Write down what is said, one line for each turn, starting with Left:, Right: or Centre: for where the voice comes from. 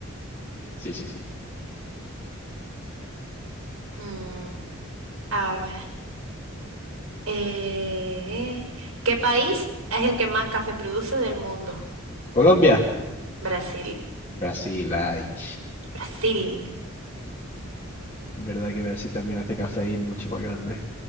Left: sí, sí, sí.
Right: Mm, a ver. Eh, ¿qué país es el que más café produce del mundo?
Left: Colombia.
Right: Brasil.
Left: Brasil, ay.
Right: Brasil.
Left: Verdad que Brasil también hace café mucho más grande.